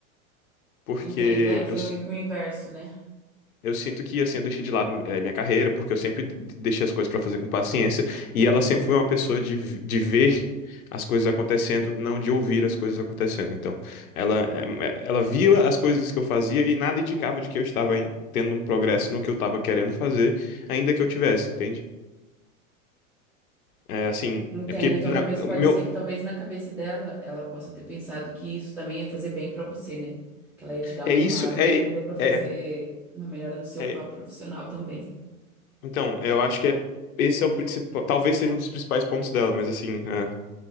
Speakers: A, on the left; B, in the centre.
A: Porque
B: Entendo, é, foi
A: eu,
B: meio que o inverso, né?
A: eu sinto que, assim, eu deixei de lado eh, minha carreira, porque eu sempre d- deixei as coisas pra fazer com paciência, e ela sempre foi uma pessoa de, v- de ver as coisas acontecendo, não de ouvir as coisas acontecendo. Então, ela, eh, eh, ela via as coisas que eu fazia e nada indicava de que eu estava em- tendo um progresso no que eu estava querendo fazer, ainda que eu tivesse, entende? É, assim,
B: Entendo.
A: é porque,
B: Então,
A: na-
B: talvez pode
A: meu,
B: ser que talvez na cabeça dela ela possa ter pensado que isso também ia fazer bem pra você, né? Que ela ia te dar
A: é
B: uma
A: isso,
B: abertura
A: é,
B: pra fazer
A: é,
B: uma melhora no seu
A: é.
B: próprio profissional também.
A: Então, eu acho que é, esse é o principal, talvez seja um dos principais pontos dela, mas assim. é,